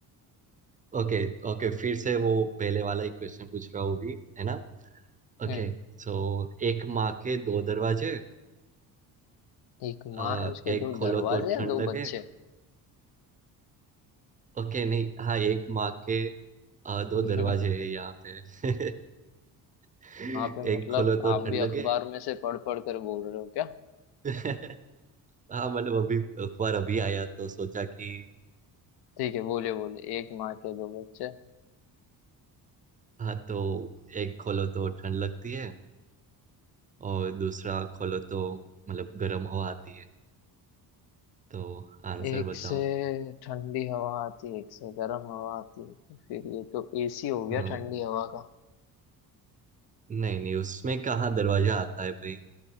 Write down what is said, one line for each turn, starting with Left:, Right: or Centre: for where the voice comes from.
Right: ओके ओके फिर से वो पहले वाला एक क्वेश्चन पूछ रहा हूँ भी है ना ओके
Left: हम्म
Right: सो एक माँ के दो दरवाजे
Left: एक माँ
Right: अ,
Left: है उसके
Right: एक
Left: दो
Right: खोलो
Left: दरवाजे
Right: तो
Left: या
Right: ठंड
Left: दो
Right: लगे
Left: बच्चे
Right: ओके नहीं हाँ एक माँ के आ, दो
Left: <laughs> यहाँ
Right: दरवाजे हैं यहाँ पे <laughs>
Left: पे मतलब
Right: एक खोलो तो
Left: आप
Right: ठंड
Left: भी
Right: लगे
Left: अखबार में से पढ़ पढ़ कर बोल रहे हो क्या
Right: <laughs> हाँ मतलब अभी अखबार अभी आया तो सोचा कि
Left: ठीक है बोलिए बोलिए एक माँ के दो बच्चे
Right: हाँ तो एक खोलो तो ठंड लगती है और दूसरा खोलो तो मतलब गर्म हवा आती है तो आंसर
Left: एक
Right: बताओ
Left: से ठंडी हवा आती है एक से गर्म हवा आती है तो फिर ये तो एसी हो गया
Right: हाँ
Left: ठंडी हवा का
Right: नहीं नहीं उसमें कहाँ दरवाजा आता है भाई